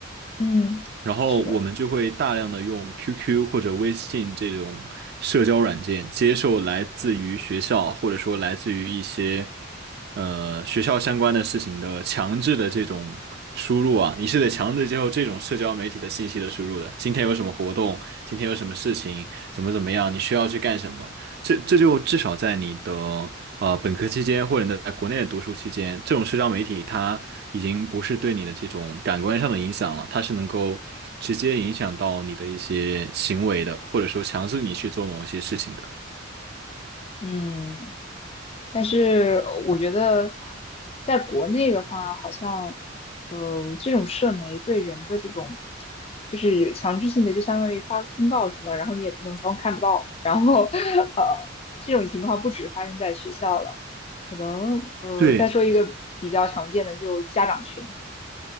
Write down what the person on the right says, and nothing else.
然后我们就会大量的用
QQ 或者微信这种社交软件，接受来自于学校或者说来自于一些，呃，学校相关的事情的强制的这种输入啊，你是得强制接受这种社交媒体的信息的输入的。今天有什么活动？今天有什么事情？怎么怎么样？你需要去干什么？这这就至少在你的呃本科期间，或者你在国内的读书期间，这种社交媒体它已经不是对你的这种感官上的影响了，它是能够直接影响到你的一些行为的，或者说强制你去做某一些事情的。
对，